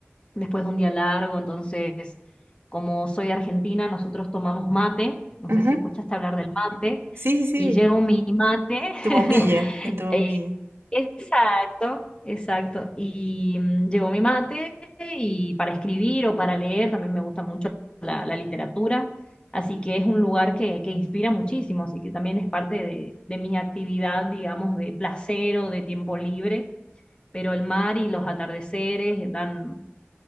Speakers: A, on the left; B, on the right.
A: después de un día largo, entonces, como soy argentina, nosotros tomamos mate, no
B: Ujú.
A: sé si escuchaste hablar del mate,
B: Sí, sí, sí.
A: y llevo mi mate, <laughs>
B: Tu bombilla, en tu bombilla.
A: eh, exacto, exacto, y mm, llevo mi mate y para escribir o para leer, también me gusta mucho la, la literatura, así que es un lugar que, que inspira muchísimo, así que también es parte de, de mi actividad, digamos, de placer o de tiempo libre pero el mar y los atardeceres dan